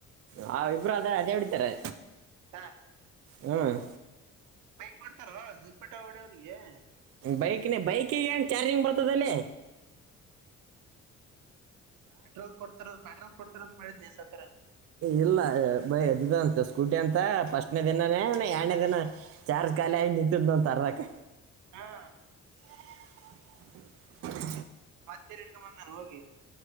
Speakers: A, on the right (about 50°); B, on the right (about 85°).
A: ಹಾ ಇಬ್ರಗ ಅದೇ ಒಡೀತಾರೆ
B: ಹಾ
A: ಹ್ಮ್
B: ಬೈಕ್ ಕೊಡ್ತರೋ ಜಿಪ್ಪಟ ಒಡಿ ಅವ್ರಿಗೆ
A: ಬೈಕ್ನೆ ಬೈಕಿಗೆ ನ್ ಚಾರ್ಜಿಂಗ್ ಬರ್ತದಲೆ
B: ಪೆಟ್ರೋಲ್ ಕೊಡ್ತಾರ ಪೆಟ್ರೋಲ್ ಕೊಡ್ತಾರ ಮಾಡಿದ್ನಿ ಸಾವಕಾರ
A: ಇಲ್ಲ ಬಯ ಇದ್ ಅಂತೆ ಸ್ಕಡ್ ಅಂತ ಫಸ್ಟ್ನೇ ದಿನಾನೇ ಎರಡನೇ ದಿನ ಚಾರ್ಜ್ ಕಾಲಿ ಆಗ ನಿಂತಿದ್ನಂತ ಅರಕ್ಕ
B: ಹಾ
A: <inaudible>
B: ಮತ್ತೆಲ್ಲಿ ಇಟ್ಕೊಂಡ ಬಂದಾನು ಹೋಗಿ